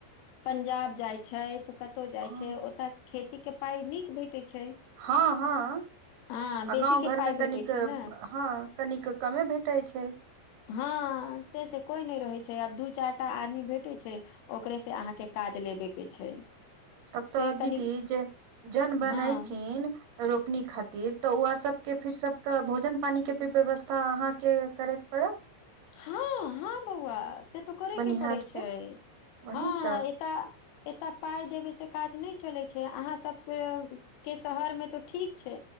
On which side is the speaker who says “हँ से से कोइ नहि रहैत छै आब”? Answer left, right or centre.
Left